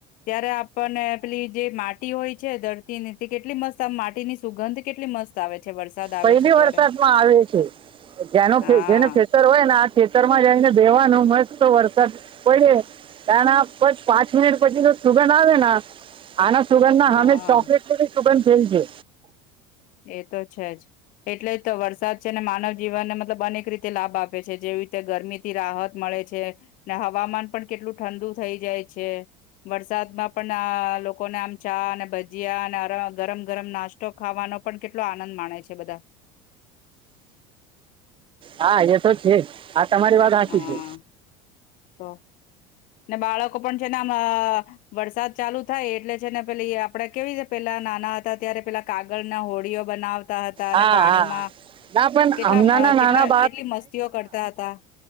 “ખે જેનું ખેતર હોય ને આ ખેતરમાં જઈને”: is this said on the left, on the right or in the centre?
Right